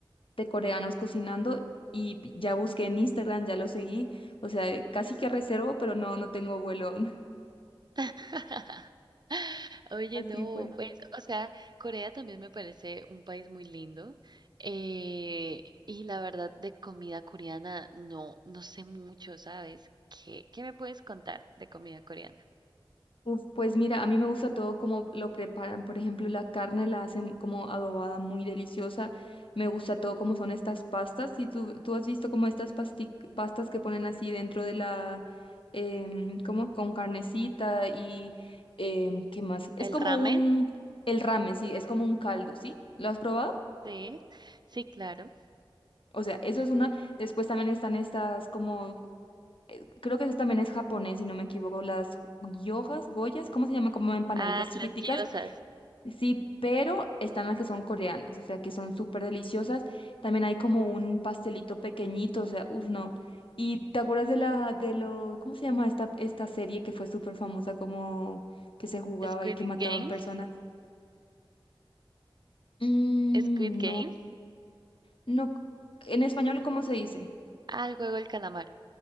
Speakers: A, on the left; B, on the right.
A: de coreanos cocinando y ya busqué en Instagram, ya lo seguí. O sea, casi que reservo, pero no, no tengo vuelo aún.
B: <laughs> Oye,
A: <laughs> Así
B: no,
A: fue.
B: pues, o sea, Corea también me parece un país muy lindo. eh, y la verdad, de comida coreana, no, no sé mucho, ¿sabes? ¿Qué, qué me puedes contar de comida coreana?
A: Uf, pues mira, a mí me gusta todo como lo preparan. Por ejemplo, la carne la hacen como adobada, muy deliciosa. Me gusta todo como son estas pastas. Si tú, tú has visto como estas pasti- pastas que ponen así dentro de la, em, como con carnecita y em, ¿qué más? Es
B: ¿El
A: como
B: ramen?
A: un, el ramen, sí, es como un caldo, ¿sí? ¿Lo has probado?
B: Sí, sí, claro.
A: O sea, eso es una. Después también están estas como, creo que eso también es japonés, si no me equivoco, las yojas, goyas, ¿cómo se llama? Como empanaditas
B: Ah,
A: chiquiticas
B: las guiosas.
A: Sí, pero están las que son coreanas, o sea, que son súper deliciosas. También hay como un pastelito pequeñito, o sea, uff, no. ¿Y te acuerdas de la, de lo, ¿cómo se llama esta, esta serie que fue súper famosa, como que se jugaba
B: Squid
A: y que mataban
B: Games.
A: personas? Mm,
B: Squid Games.
A: no, no. En español, ¿cómo se dice?
B: Ah, el juego del calamar.